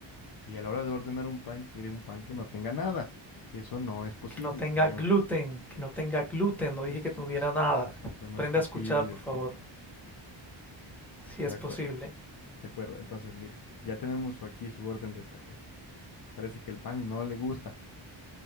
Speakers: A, on the left; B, in the centre.
A: Y a la hora de ordenar un pan, quiere un pan que no tenga nada. Eso no es posible,
B: Que no tenga
A: señor.
B: gluten, que no tenga gluten, no dije
A: Eso,
B: que tuviera
A: eso,
B: nada.
A: eso eso no
B: Aprende
A: es posible,
B: a escuchar, por
A: señor.
B: favor, si
A: De
B: es
A: acuerdo.
B: posible.
A: De acuerdo, entonces mire, ya tenemos aquí su orden del café. Parece que el pan no le gusta,